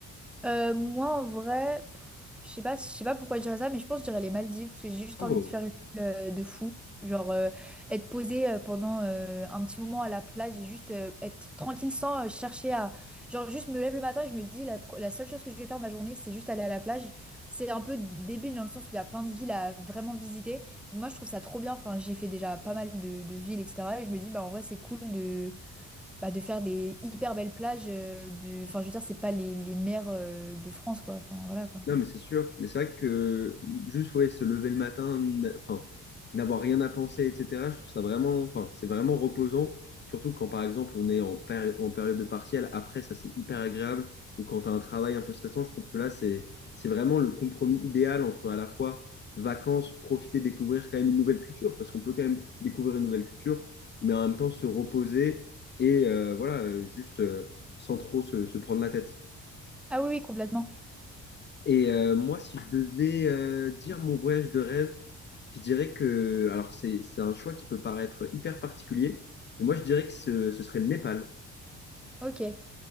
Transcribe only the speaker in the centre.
Euh, moi, en vrai, pff, je sais pas, je sais pas pourquoi je dirais ça, mais je pense que je dirais les Maldives, parce que j'ai juste
envie de faire une île euh, de fou. Genre, euh, être posée euh, pendant euh, un petit moment à la plage et juste euh, être tranquille sans euh, chercher à... Genre, juste me lève le matin et je me dis, la, pro- la seule chose que je vais faire de ma journée, c'est juste aller à la plage. C'est un peu débile dans le sens où il y a plein de villes à vraiment visiter. Mais moi, je trouve ça trop bien. Enfin, j'ai fait déjà pas mal de, de villes, etc. Et je me dis, bah, en vrai, c'est cool de bah, de faire des hyper belles plages euh, de... Enfin, je veux dire, c'est pas les, les mers euh, de France, quoi. Enfin, voilà, quoi.
Ah oui, oui, complètement.
Ok.